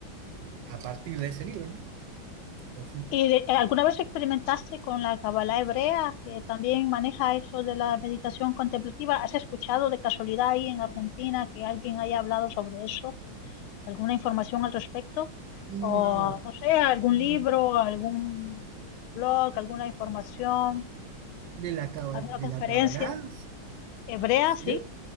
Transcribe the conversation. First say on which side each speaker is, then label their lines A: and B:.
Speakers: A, on the right; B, on the left.
A: eh, a partir de ese libro, ¿no? Pues sí.
B: ¿Y de- alguna vez experimentaste con la Kabbalah hebrea, que también maneja eso de la meditación contemplativa? ¿Has escuchado de casualidad ahí en Argentina que alguien haya hablado sobre eso? ¿Alguna información al respecto?
A: No,
B: O, no sé, algún
A: no.
B: libro, algún blog, alguna información,
A: De la, caba-
B: alguna conferencia
A: de la Kabbalah
B: hebrea,
A: Sí,
B: sí.
A: Lo,